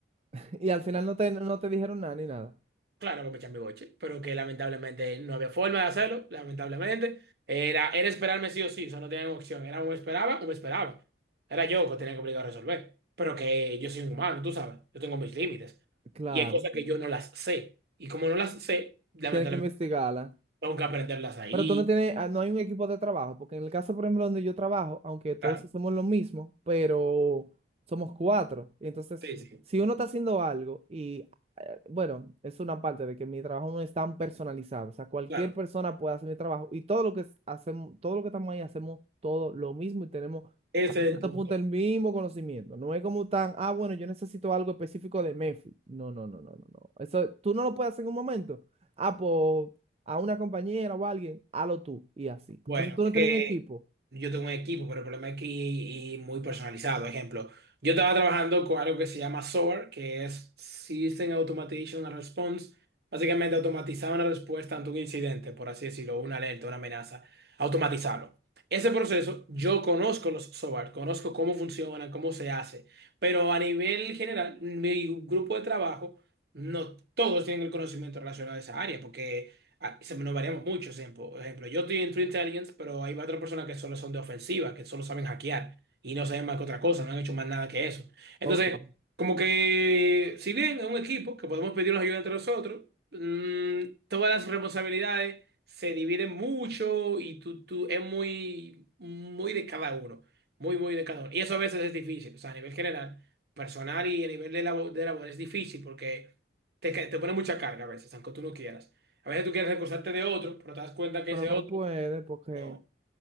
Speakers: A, on the right (about 35°); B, on the right (about 60°).
A: <laughs> Y al final no te, no te dijeron nada ni nada.
B: Claro que me eché mi boche, pero que lamentablemente no había forma de hacerlo, lamentablemente. Era, era esperarme sí o sí, o sea, no tenía opción. Era o me esperaba o me esperaba. Era yo que tenía que obligar a resolver. Pero que yo soy un humano, tú sabes, yo tengo mis límites.
A: Claro,
B: Y hay cosas que yo no las sé. Y como no las sé, lamentablemente
A: tienes que investigarla.
B: tengo que aprenderlas ahí.
A: Pero tú no tienes, ah, no hay un equipo de trabajo, porque en el caso, por ejemplo, donde yo trabajo, aunque todos
B: Claro,
A: hacemos lo mismo, pero somos cuatro. Y Entonces,
B: sí, sí,
A: si uno está haciendo algo y, eh, bueno, es una parte de que mi trabajo no es tan personalizado, o sea, cualquier
B: claro.
A: persona puede hacer mi trabajo y todo lo que es- hacemos, todo lo que estamos ahí hacemos todo lo mismo y tenemos
B: Ese
A: hasta cierto
B: es el punto.
A: punto el mismo conocimiento. No es como tan, ah, bueno, yo necesito algo específico de MEFI. No, no, no, no, no, no. Eso tú no lo puedes hacer en un momento. Ah, pues a una compañera o a alguien, hazlo tú y así.
B: Bueno,
A: Entonces tú no tienes
B: eh,
A: un equipo,
B: yo tengo un equipo, pero el problema es que y, y muy personalizado. Ejemplo, yo estaba trabajando con algo que se llama SOAR, que es System Automation and Response. Básicamente automatizar una respuesta ante un incidente, por así decirlo, una alerta, una amenaza, automatizarlo. Ese proceso, yo conozco los SOAR, conozco cómo funcionan, cómo se hace, pero a nivel general, mi grupo de trabajo, no todos tienen el conocimiento relacionado a esa área, porque ah, se- nos variamos mucho. ejemplo. Por ejemplo, yo estoy en True Intelligence, pero hay otras personas que solo son de ofensiva, que solo saben hackear y no saben más que otra cosa, no han hecho más nada que eso. Entonces,
A: Ok.
B: como que, si bien es un equipo que podemos pedirnos ayuda entre nosotros, mm, todas las responsabilidades se dividen mucho y tú, tú, es muy, muy de cada uno. Muy, muy de cada uno. Y eso a veces es difícil, o sea, a nivel general, personal y a nivel de labor, de labor es difícil porque te, ca- te pone mucha carga a veces, aunque tú no quieras. A veces tú quieres recusarte de otro, pero te das cuenta que
A: pero
B: ese
A: no
B: otro
A: puedes porque
B: no,